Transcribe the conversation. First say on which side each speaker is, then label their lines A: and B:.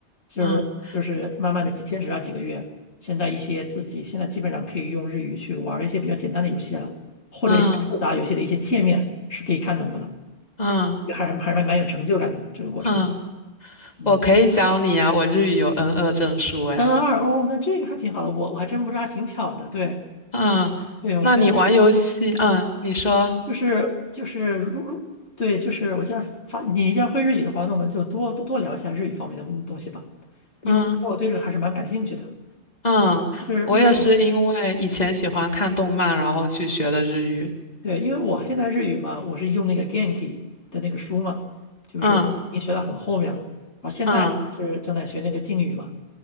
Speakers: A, on the left (about 70°); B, on the left (about 35°).
A: 就是就是慢慢的坚持了几个月，
B: 嗯
A: 现在一些自己现在基本上可以用日语去玩一些比较简单的游戏了，或者一些复杂游戏的一些界面是可以看懂的了，
B: 嗯嗯。嗯
A: 还是还是蛮有成就感的这个过程。
B: 嗯
A: 嗯
B: 我可以教你啊，我日语有 n 二证书诶。
A: ，N 二哦，那这个还挺好的，我我还真不知道，还挺巧的。对
B: 嗯，
A: 对，我觉得
B: 那你玩游戏，嗯，你说，
A: 就是就是如如对，就是我既然发你既然会日语的话，那我们就多多多聊一下日语方面的东西吧，因为因为我对这个还是蛮感兴趣的。
B: 嗯嗯，
A: 就是因为我
B: 我也是因为以前喜欢看动漫，然后去学的日语。
A: 对，因为我现在日语嘛，我是用那个 Genki 的那个书嘛，就是我已经学到很后面了，
B: 嗯
A: 然后现在是正在学那个敬语嘛，
B: 嗯